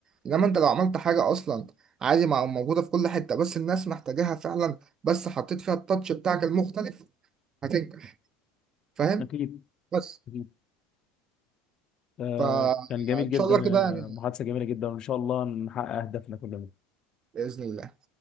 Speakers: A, on the right (about 35°); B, on the left (about 40°).
A: إنما أنت لو عملت حاجة أصلا عادي ما موجودة في كل حتة بس الناس محتاجاها فعلا بس حطيت فيها التاتش بتاعك المختلف هتنجح فاهم
B: أكيد
A: بس
B: أكيد آه
A: فإن
B: كان جميل جدا
A: شاء الله كده
B: آه،
A: يعني
B: محادثة جميلة جدا وإن شاء الله نحقق أهدافنا كلنا
A: بإذن الله